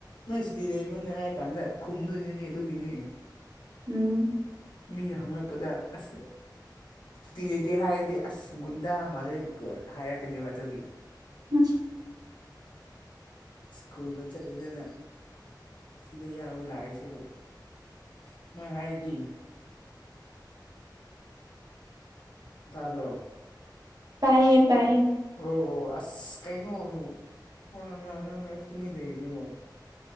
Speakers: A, on the left; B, on the right.
A: ꯅꯣꯏ ꯁꯨꯇꯤ ꯂꯩꯕ꯭ꯔꯣꯅꯦ ꯍꯥꯏ ꯀꯥꯟꯗ ꯈꯨꯝꯗꯣꯏꯅꯤꯅꯦ ꯑꯗꯨꯒꯤꯅꯦ
B: ꯎꯝ
A: ꯃꯤꯅ ꯍꯪꯉꯛꯄꯗ ꯑꯁ ꯇꯤ ꯂꯩꯇꯦ ꯍꯥꯏꯔꯗꯤ ꯑꯁ ꯒꯨꯟꯗꯥ ꯃꯥꯜꯂꯦ ꯍꯥꯏꯔꯛꯀꯅꯦꯕ ꯑꯗꯨꯒꯤ
B: ꯎꯝ
A: ꯁ꯭ꯀꯨꯜꯒ ꯆꯠꯂꯨꯗꯅ ꯁꯤꯗ ꯌꯥꯎꯕ ꯂꯥꯛꯏꯁꯤꯕꯨ ꯁꯨꯃꯥꯏ ꯍꯥꯏꯔꯗꯤ ꯇꯥꯕ꯭ꯔꯣ
B: ꯇꯥꯏꯌꯦ ꯇꯥꯏꯌꯦ
A: ꯑꯣ ꯑꯣ ꯑꯁ ꯀꯩꯅꯣ ꯋꯥ <unintelligible> ꯇꯨꯃꯤꯟ ꯂꯩꯔꯤꯖꯤꯕꯣ